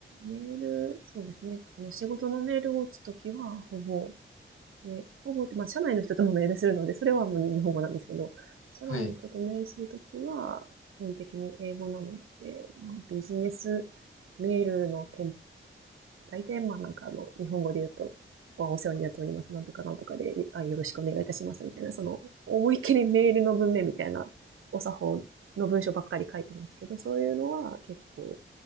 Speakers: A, on the right (about 75°); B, on the left (about 90°).
A: メール、そうですね。あの、仕事のメールを打つときは、ほぼ、え、ほぼって、まあ、社内の人ともメールするので、それはもう日本語なんですけど、社外の人とメールするときは、
B: はい。
A: 基本的に英語なので、まあ、ビジネスメールの添大体、まあなんかあの、日本語で言うと、お世話になっております、なんとかなんとかで、あよろしくお願いいたします、みたいな、その、
B: え
A: 思いっきりメールの文面みたいな、お作法の文章ばっかり書いてますけど、そういうのは結構、